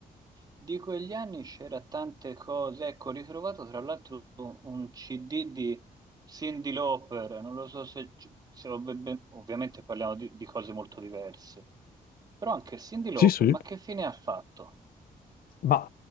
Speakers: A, on the right; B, on the left.
A: Di quegli anni c'era tante cose, ecco, ho ritrovato tra l'altro un CD di Cyndi Lauper, non lo so se, se ho ben- ben- ovviamente parliamo di, di cose molto diverse, però anche Cyndi Lauper,
B: Sì, sì.
A: ma che fine ha fatto?
B: Ma